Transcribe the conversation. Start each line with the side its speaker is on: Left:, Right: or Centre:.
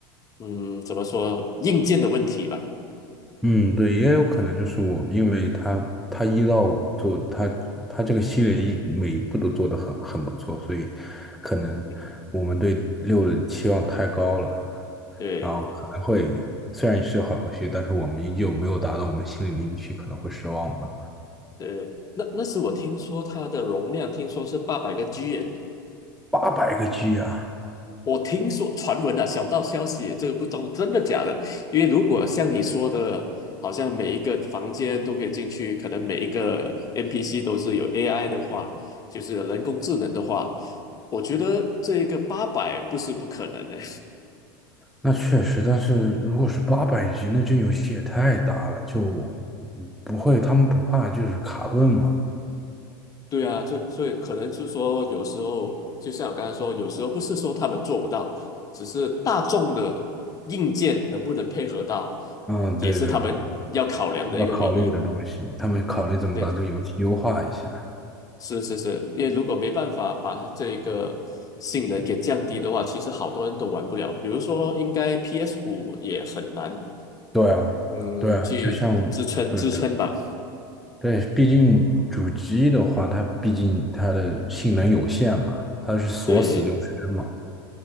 Left: 嗯，怎么说硬件的问题吧。
Centre: 嗯，对，也有可能就是我，因为他他一到五做他他这个系列一每一步都做得很很不错，所以可能我们对六的期望太高了，
Left: 嗯，对
Centre: 然后可能会虽然是好游戏，但是我们依旧没有达到我们心里的预期，可能会失望吧。
Left: 对，那那时我听说它的容量听说是八百个 G 耶，
Centre: 八百个 G 啊，
Left: 我听说传闻啊，小道消息，这个不懂真的假的。因为如果像你说的，好像每一个房间都可以进去，可能每一个 NPC 都是有 AI 的话，就是人工智能的话，我觉得这个八百不是不可能的。
Centre: 那确实，但是如果是八百 G，那这游戏也太大了，就不会他们不怕就是卡顿嘛？
Left: <laughs> 对啊，这所以可能就是说，有时候就像我刚才说，有时候不是说他们做不到，只是大众的硬件能不能配合到，
Centre: 嗯，
Left: 也是他们要考量的一个原因。
Centre: 对对对对。要考虑的东西，他们考虑怎么把这个游戏优化一下。
Left: 对是是是，因为如果没办法把它这个性能给降低的话，其实好多人都玩不了。比如说，应该 p s 五也很难，
Centre: 对啊，
Left: 嗯，
Centre: 对啊，
Left: 去支撑支撑吧。
Centre: 就像对对对，毕竟主机的话，它毕竟它的性能有限嘛，它是锁死就不是真嘛。
Left: 对